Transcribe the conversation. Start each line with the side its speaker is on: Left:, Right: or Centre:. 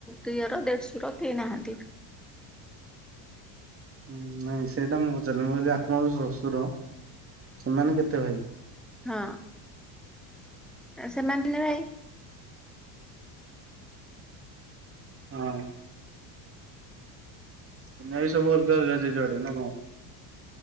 Centre: ଦିଅର ଦେଢଶୁର କେହି ନାହାନ୍ତି।
Right: ହୁଁ ନାଇଁ ସେଇଟା ମୁଁ ପଚାରୁନି ମୁଁ କହିଲି ଆପଣଙ୍କ ଯୋଉ ଶ୍ୱଶୁର ସେମାନେ କେତେ ଭାଇ?
Centre: ହଁ ସେମାନେ ତିନି ଭାଇ।
Right: ହଁ। ତମେ <unintelligible> ଯିଏ ଯୁଆଡେ ନା କଣ?